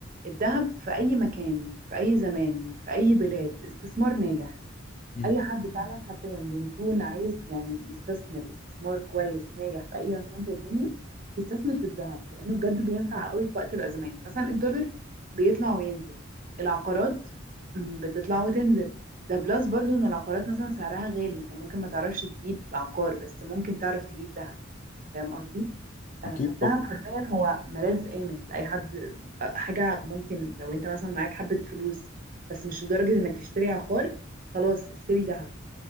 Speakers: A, on the right; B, on the left.
A: الذهب في أي مكان في أي زمان في أي بلاد استثمار ناجح
B: امم
A: أي حد فعلا حرفيا بيكون عايز يعني يستثمر استثمار كويس ناجح في أي مكان في الدنيا يستثمر في الذهب لأنه بجد بينفع قوي في وقت الأزمات مثلا الدولار بيطلع وينزل العقارات م، بتطلع وتنزل ده بلس برضو إن العقارات مثلا سعرها غالي أنت ممكن ما تعرفش تجيب عقار بس ممكن تعرف تجيب ذهب فاهم قصدي آه،
B: اكيد
A: فالدهب
B: طبعا
A: حرفيا هو ملاذ آمن لأي حد آه، حاجة ممكن لو انت مثلا معاك حبة فلوس بس مش لدرجة انك تشتري عقار خلاص اشتري دهب